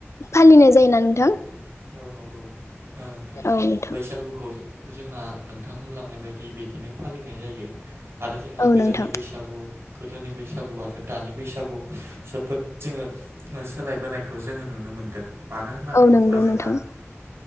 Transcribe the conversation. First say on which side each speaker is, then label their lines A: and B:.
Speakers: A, on the left; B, on the right.
A: फालिनाय जायोना नोंथां
B: औ नंगौ नोंथां
A: औ नोथां
B: बैसागुखौ जोंना नोंथां होनलांनाय बायदि बिदिनो फालिनाय जायो आरो जोंना
A: औ
B: गोदोनि
A: नोंथां
B: बैसागु गोदोनि बैसागुआ आरो दानि बैसागु जोबोद जोङो सोलायबोनायखौ जोङो नुनो मोनदों मानो होननानै
A: औ
B: बुङोब्ला
A: नंगौ
B: जोंना
A: नोंथां